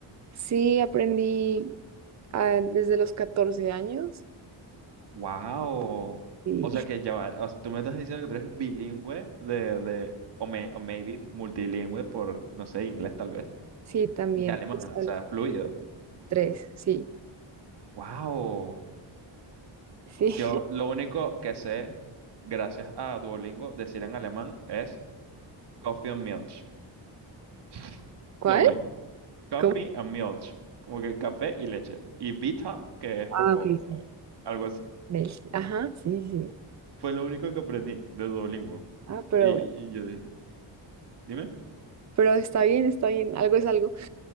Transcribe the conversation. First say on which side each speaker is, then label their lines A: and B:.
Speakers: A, on the right (about 40°); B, on the right (about 60°).
A: sí aprendí ah, desde los catorce años
B: Wow.
A: Sí,
B: O
A: <laughs>
B: sea que ya va. o sea, tú me estás diciendo que tú eres bilingüe de, de o, may- o maybe multilingüe por, no sé, inglés tal vez,
A: sí, también.
B: de alemán,
A: Sol.
B: o sea, fluido.
A: Tres, sí,
B: Wow.
A: sí.
B: Yo
A: <laughs>
B: lo único que sé, gracias a Duolingo, decir en alemán es Coffee and Milch. <laughs>
A: ¿Cuál?
B: Lo único. Coffee
A: ¿Cómo?
B: and Milch. Como que café y leche. Y Vita, que es
A: Ah,
B: por favor.
A: ok, sí.
B: Algo así.
A: Del- Ajá, sí, sí.
B: Fue lo único que aprendí de Duolingo.
A: Ah, pero,
B: Y, y yo dije, dime.
A: pero está bien, está bien. Algo es algo.